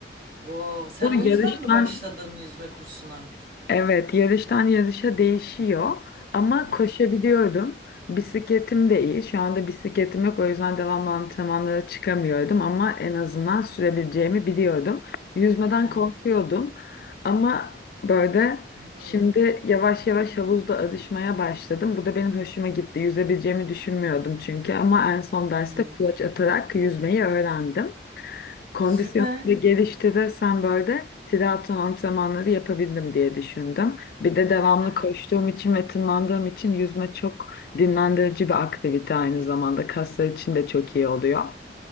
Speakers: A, on the right; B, on the left.
A: Wow. Sen
B: Bu
A: o
B: yarıştan
A: yüzden mi başladın yüzme kursuna?
B: Evet, yarıştan yarışa değişiyor ama
A: Hı
B: koşabiliyordum.
A: hı.
B: Bisikletim de iyi. Şu anda bisikletim yok o yüzden devamlı antrenmanlara çıkamıyordum ama en azından sürebileceğimi biliyordum. Yüzmeden
A: Hı
B: korkuyordum ama böyle
A: hı.
B: şimdi yavaş yavaş havuzda alışmaya başladım. Bu da benim hoşuma gitti. Yüzebileceğimi düşünmüyordum çünkü ama en son derste
A: Hı hı.
B: kulaç atarak yüzmeyi öğrendim. Kondisyon
A: Süper.
B: da gelişti de sen böyle triatlon antrenmanları yapabildim diye düşündüm. Bir de devamlı
A: Hı hı.
B: koştuğum için ve tırmandığım için yüzme çok dinlendirici bir aktivite aynı zamanda. Kaslar için de çok iyi oluyor.